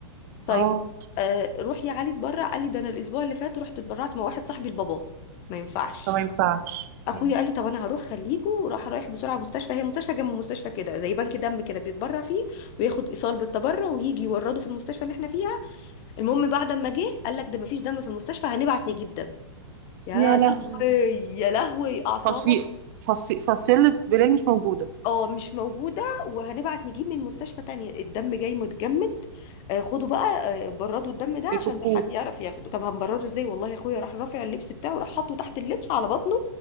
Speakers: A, on the left; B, on the right.
A: طيب
B: اه
A: آه روح يا علي اتبرع قال لي ده انا الاسبوع اللي فات رحت اتبرعت مع واحد صاحبي لباباه ما ينفعش
B: فما ينفعش
A: اخويا
B: أمم.
A: قال لي طب انا هروح خليكوا وراح رايح بسرعه مستشفى هي مستشفى جنب مستشفى كده زي بنك دم كده بيتبرع فيه وياخد ايصال بالتبرع ويجي يورده في المستشفى اللي احنا فيها المهم بعد ما جه قال لك ده مفيش دم في المستشفى هنبعت نجيب دم يا
B: يا لهوي
A: لهوي يا لهوي اعصاب
B: فصيل فصيل فصيلة بلال مش موجودة
A: اه مش موجودة وهنبعت نجيب من مستشفى تانية الدم جاي متجمد آه، خدوا بقى آه، بردوا الدم ده عشان
B: بيفكوه
A: ده حد يعرف ياخده طب هنبرده ازاي والله يا اخويا راح رافع اللبس بتاعه راح حاطه تحت اللبس على بطنه